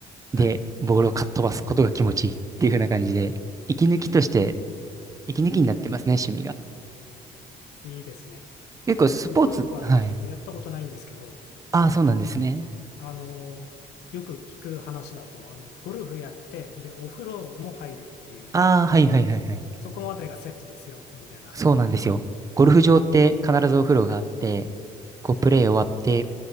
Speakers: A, on the left; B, on the right.
A: はい。
B: で、ボールをかっ飛ばすことが気持ちいいっていう風な感じで、息抜きとして、息抜きになってますね、趣味が。
A: いいですね。
B: 結構スポーツ、
A: 僕、ゴルフはちょっとやったことないんですけど、
B: はい。ああ、そうなんですね。
A: あのーよく聞く話だと、あの、ゴルフやって、で、お風呂も入るっていう、
B: ああ、はいはいはいはい。
A: そこまでがセットですよ、みたいな。
B: そうなんですよ。ゴルフ場って必ずお風呂があって、
A: はい。
B: こうプレー終わって、
A: へえ。